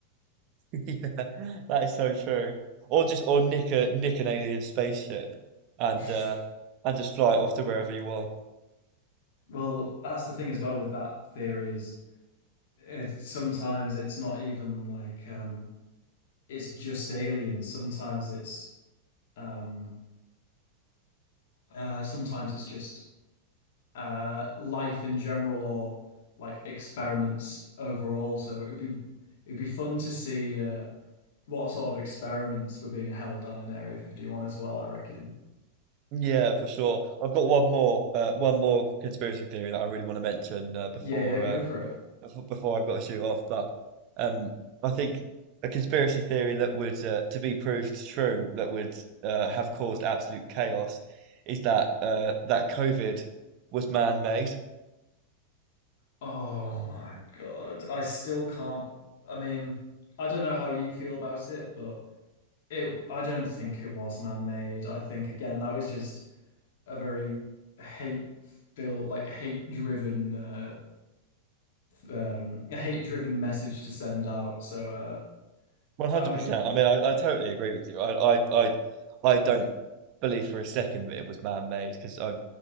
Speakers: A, on the right; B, on the left.
A: <laughs> Yeah, that is so true. Or just or nick a nick an alien spaceship and
B: <laughs>
A: uh and just fly it off to wherever you want.
B: Well, that's the thing as well with that theory is it's, sometimes it's not even like um it's just aliens. Sometimes it's um uh sometimes it's just uh life in general or like experiments overall. So it would be it'd be fun to see uh what sort of experiments were being held down in Area 51 as well, I reckon.
A: Yeah, for sure. I've got one more uh one more conspiracy theory that I really want to mention uh, before
B: Yeah, yeah, go
A: uh
B: for it.
A: before before I've got to shoot off. But um, I think a conspiracy theory that would uh, to be proved true that would uh, have caused absolute chaos is that uh, that COVID was man-made.
B: Oh my God. I still can't I mean, I don't know how you feel about it, but it I don't think it was man-made. I think again that was just a very hate filled like hate driven uh um hate driven message to send out. So uh
A: 100%.
B: I mean,
A: I mean, I, I Yeah. totally agree with you. I, I I I don't believe for a second that it was man-made because I,